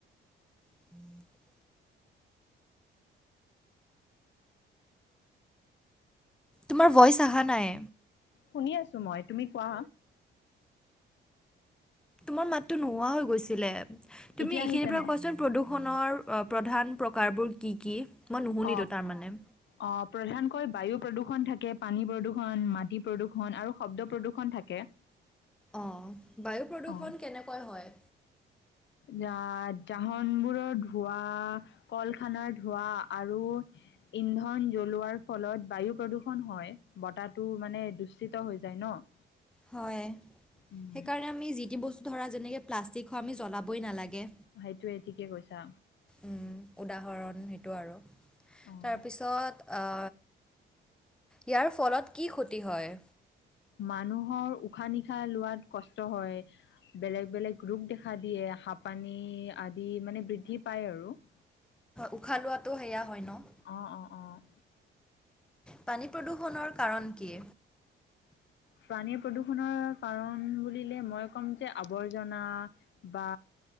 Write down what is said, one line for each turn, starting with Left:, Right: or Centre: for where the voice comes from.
Centre: <unintelligible> তোমাৰ ভইচ অহা নাই।
Left: শুনি আছো মই তুমি কোৱা।
Centre: তোমাৰ মাতো নোহোৱা হৈ গৈছিলে, তুমি
Left: এতিয়া
Centre: এইখিনিৰ
Left: আহিছে
Centre: পৰা
Left: ন
Centre: কোৱাচোন প্ৰদূষণৰ প্ৰধান প্ৰকাৰবোৰ কি কি? মই নুশুনিলো
Left: অ
Centre: তাৰমানে।
Left: অ', প্ৰধানকৈ বায়ু প্ৰদূষণ থাকে পানী প্ৰদূৰ্ষণ, মাটি প্ৰদূৰ্ষণ আৰু শব্দ প্ৰদূষণ থাকে।
Centre: অ', বায়ু প্ৰদূষণ
Left: অ
Centre: কেনেকুৱা হয়?
Left: জা-জাহান বোৰৰ ধুৱা কল খানাৰ ধোঁৱা আৰু ইন্ধন জ্বলোৱাৰ ফলত বায়ু প্ৰদূষণ হয়, বতাহটো মানে দূষিত হৈ যায় ন? <inaudible>
Centre: হয়
Left: উম
Centre: সেইকাৰণে আমি যি টি বস্তু ধৰা যেনেকৈ প্লাষ্টিক হোৱা আমি জ্বলাবই নালাগে।
Left: সেইটোয়ে ঠিকে কৈছা।
Centre: উম, উদাহৰণ সেইটো আৰু
Left: অ
Centre: তাৰপিছত আ ইয়াৰ ফলত কি ক্ষতি হয়?
Left: মানুহৰ উশাহ নিশাহ লোৱাত কষ্ট হয়। বেলেগ বেলেগ ৰোগ দেখা দিয়ে হাপানী আদি মানে বৃদ্ধি পায় আৰু। <inaudible>
Centre: উশাহ লোৱাাতটো সেয়া হয় ন'।
Left: অ'-অ'-অ'
Centre: পানী প্ৰদূষণৰ কাৰণ কি?
Left: পানী প্ৰদূষণৰ কাৰণ বুলিলে মই ক'ম যে আৱৰ্জনা বা